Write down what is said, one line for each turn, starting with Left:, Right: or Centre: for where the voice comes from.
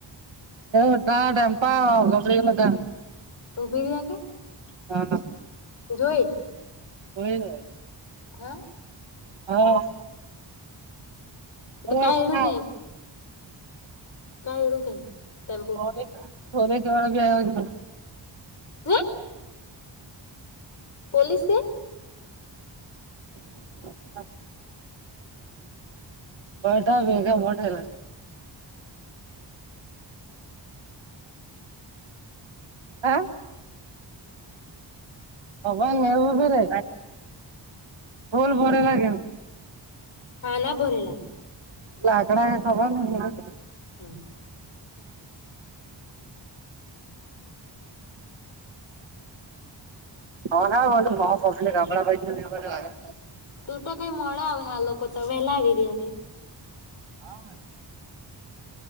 Right: એટા ડેમપા <unintelligible>
Left: ઉભી રિયા કે
Right: હા લસ
Left: જોઈ.
Right: હોય ને
Left: હા.
Right: હા.
Left: તો
Right: ઓય
Left: કાઈ
Right: ભણા
Left: એડું કેમ. કાઈ ડુ કેમ તમ
Right: પોલીસવાળા ભી આવ્યા છે.
Left: હે પોલીસ કે
Right: હમ્મ હા. બધા ભેગા બહુ થયેલા છે. હા. હોવ એવું બી રે ભૂલ ભરેલા કેેમ
Left: હા ના ભરેલા
Right: લાકડા એ ખબર હમણાં
Left: હમ્મ.
Right: અમે બધું બો પબ્લિક આપણા બાજું તો <unintelligible>
Left: તું તો કઈ મોડા આવે આ લોકો તો વેલા આવી જાય ત્યારે.
Right: હા વળી